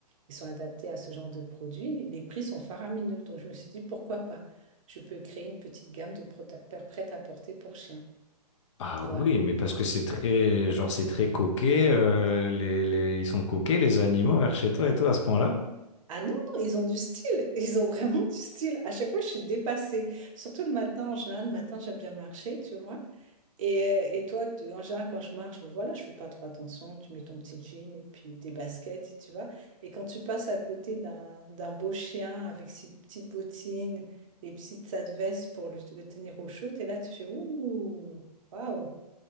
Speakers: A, on the right; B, on the left.
A: qui sont adaptés à ce genre de produits, les prix sont faramineux. Donc, je me suis dit pourquoi pas? Je peux créer une petite gamme de prêt à porter pour chiens.
B: Ah
A: Voilà.
B: oui, mais parce que c'est très, genre, c'est très coquet. euh, les, les- ils sont coquets, les animaux, vers chez toi et tout, à ce point-là.
A: Ah non, non, ils ont du style. Ils ont vraiment du style. À chaque fois, je suis dépassée. Surtout le matin, en général, le matin, j'aime bien marcher, tu vois. Et, euh, et toi, tu- en général, quand je marche, ben voilà, je fais pas trop attention. Tu mets ton petit jean et puis tes baskets, tu vois. Et quand tu passes à côté d'un d'un beau chien avec ses petites bottines et petite sa veste pour lui- le tenir au chaud, et là, tu fais ouh, waouh,